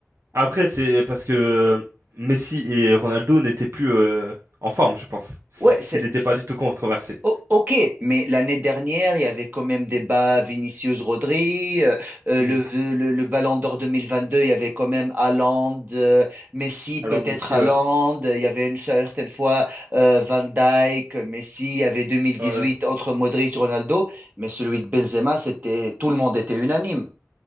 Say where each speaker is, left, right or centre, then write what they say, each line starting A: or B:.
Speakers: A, on the right (about 60°); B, on the right (about 35°).
A: Après, c'est parce que euh, Messi et Ronaldo n'étaient plus euh, en forme, je pense. s-
B: Ouais, c'est,
A: S'il n'était pas du tout controversé.
B: O- ok, mais l'année dernière, il y avait quand même débat Vinicius-Rodri, euh, euh,
A: Hmm.
B: le, le, le Ballon d'Or 2022, il y avait quand même Haaland, euh, Messi, peut-être
A: Alors, Messi,
B: Haaland,
A: ouais.
B: il y avait une certaine fois euh, Van Dijk, Messi, il y avait 2018
A: Ouais,
B: entre Modric, Ronaldo, mais celui de Benzema, c'était, tout le monde était unanime.